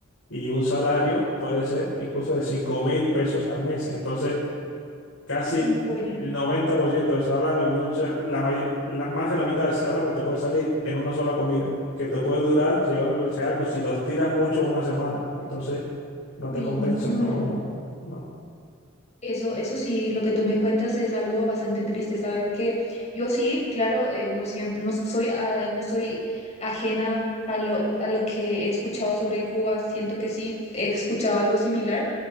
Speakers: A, on the left; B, on the left.
A: Y un salario puede ser incluso de cinco mil pesos al mes. Entonces, casi
B: Un pollo.
A: el 90% del salario, mucha, la may- la- más de la mitad del salario te puede salir en una sola comida, que te puede durar, si yo- si algo, si lo estiras mucho, una semana. Entonces, no
B: Uy,
A: te compensa,
B: no.
A: no, no,
B: Eso, eso sí, lo que tú me cuentas es algo bastante triste, ¿sabes? Que yo sí, claro, eh, uno siempre, no soy, ah, no soy ajena a lo, a lo que he escuchado sobre Cuba, siento que sí, he escuchado algo similar,